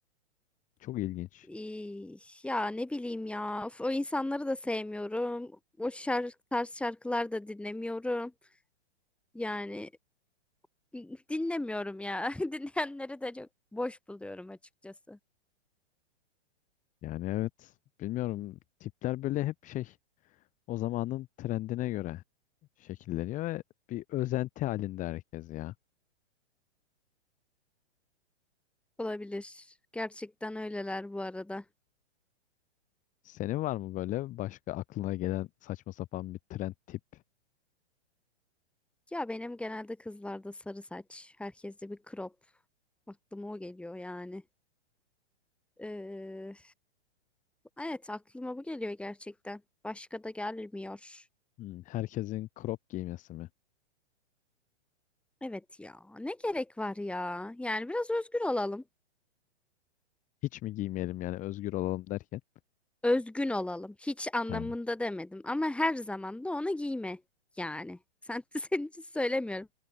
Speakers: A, on the left; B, in the centre.
A: Çok ilginç.
B: İy, Ya ne bileyim ya. Of, o insanları da sevmiyorum. O şarkı, tarz şarkılar da dinlemiyorum. Yani <laughs> dinlemiyorum ya. <laughs> Dinleyenleri de çok boş buluyorum açıkçası.
A: Yani evet bilmiyorum tipler böyle hep şey o zamanın trendine göre şekilleniyor ve bir özenti halinde herkes ya.
B: Olabilir. Gerçekten öyleler bu arada.
A: Senin var mı böyle başka aklına gelen saçma sapan bir trend tip?
B: Ya benim genelde kızlarda sarı saç. Herkeste bir crop. Aklıma o geliyor yani. Ee, evet aklıma bu geliyor gerçekten. Başka da gelmiyor.
A: Hmm, herkesin crop giymesi mi?
B: Evet ya ne gerek var ya? Yani biraz özgür olalım.
A: Hiç mi giymeyelim yani özgür olalım derken?
B: Özgün olalım. Hiç anlamında
A: Ha.
B: demedim ama her zaman da onu giyme yani. Sen <laughs> senin için söylemiyorum.